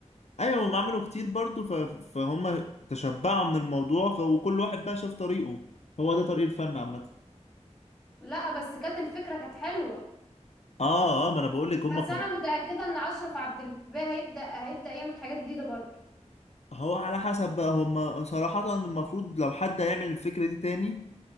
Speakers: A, on the left; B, in the centre.
A: ايوه هم عملوا كتير برضو ف... فهم تشبعوا من الموضوع ف... وكل واحد بقى شاف طريقه هو ده طريق الفن عامة
B: لا بس كانت الفكرة كانت حلوة
A: اه اه ما انا بقول لك هم
B: بس
A: كانوا
B: انا متاكده ان اشرف عبد الباقي هيبدا هيبدا يعمل حاجات جديده برضه
A: هو على حسب بقى هم صراحة المفروض لو حد هيعمل الفكرة دي تاني